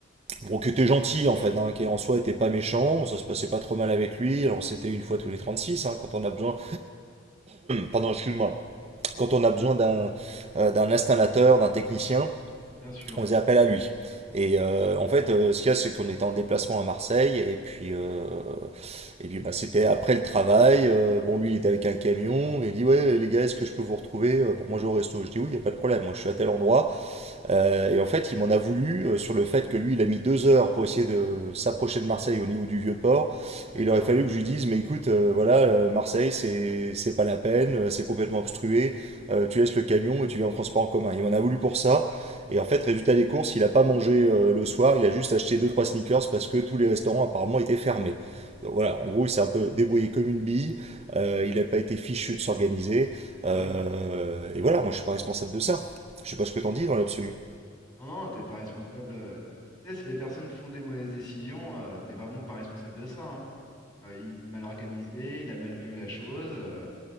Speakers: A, on the right (about 30°); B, on the left (about 20°).
A: Bon, qui était gentil en fait, hein, qui en soi était pas méchant, ça se passait pas trop mal avec lui. Alors c'était une fois tous les 36, hein, quand on a besoin, pardon, excuse-moi, quand on a besoin d'un euh, d'un installateur, d'un technicien,
B: bien sûr,
A: on faisait appel à lui. Et euh, en fait, euh, ce qu'il y a, c'est qu'on était en déplacement à Marseille, et puis, euh, et puis bah, c'était après le travail. euh, bon, lui, il était avec un camion, il dit Ouais, les gars, est-ce que je peux vous retrouver euh, pour manger au resto Je dis Oui, il n'y a pas de problème, moi je suis à tel endroit, euh, et en fait, il m'en a voulu euh, sur le fait que lui, il a mis deux heures pour essayer de s'approcher de Marseille au niveau du Vieux-Port.
B: d'accord.
A: Et il aurait fallu que je lui dise, mais écoute, euh, voilà, euh, Marseille, c'est c'est pas la peine, euh, c'est complètement obstrué, euh, tu laisses le camion et tu viens en transport en commun. Il m'en a voulu pour ça. Et en fait, résultat des courses, il a pas mangé euh, le soir, il a juste acheté deux trois sneakers parce que tous les restaurants apparemment étaient fermés. Donc voilà, en gros, il s'est un peu débrouillé comme une bille, euh, il n'a pas été fichu de s'organiser. euh,
B: Ah oui,
A: et voilà, moi, je ne suis pas responsable de ça. Je ne sais pas ce
B: ah
A: que
B: non.
A: t'en dis dans l'absolu.
B: Non, non, t'es pas responsable. euh, tu sais, si les personnes font des mauvaises décisions, euh, t'es vraiment pas responsable de ça. hein. Euh, il s'est mal organisé, il a mal vu la chose. euh,